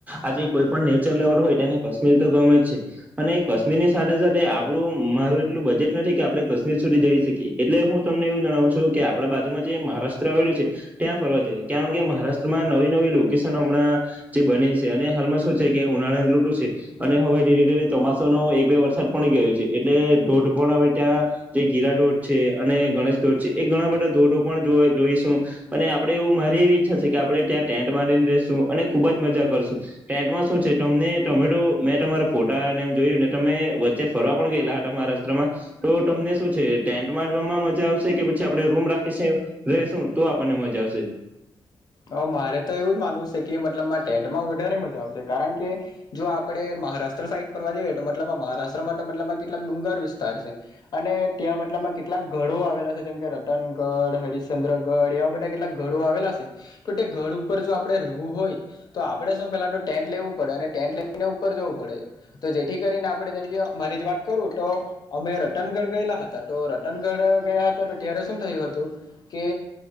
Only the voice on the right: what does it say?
આજે કોઈ પણ નેચર લેવલ હોય તેને કશ્મીર તો ગમે જ છે અને એ કશ્મીરની સાથે સાથે આપડું મારું એટલું બજેટ નથી કે આપણે કશ્મીર સુધી જઈ શકીએ એટલે હું તમને એવું જણાવું છું કે આપડા બાજુમાં જે મહારાષ્ટ્ર આવેલું છે ત્યાં ફરવા જઈએ, કારણ કે મહારાસ ટમાં નવી નવી લોકેશન હમણાં જે બને છે અને હાલમાં શું છે કે ઉનાળાની ૠતું છે અને હવે ધીરે ધીરે ચોમાસા નો એક બે વરસાદ પડી ગયો છે એટલે ધોધ પણ હવે ત્યાં જે ગીરાડોઢ છે અને ગણેશ ધોઢ છે એ ઘણા બધા ધોધો પણ જોવાઈ જોઈશું અને આપડે એવું મારી એવી ઈચ્છા છે કે આપણે ત્યાં ટેન્ટ બનાવીને રેશું અને ખુબ જ મજા કરશું. ટેન્ટમાં શું છે તમને ટમે મેં તમારા ફોટા ને એમ જોયું ને તમે વચ્ચે ફરવા પણ ગયેલા હતા મહારાષ્ટ્રમાં, તો તમને શું છે ટેન્ટ માંડવામાં મજા આવશે, કે પછી આપણે રૂમ રાખીશે રેશું તો આપણને મજા આવશે.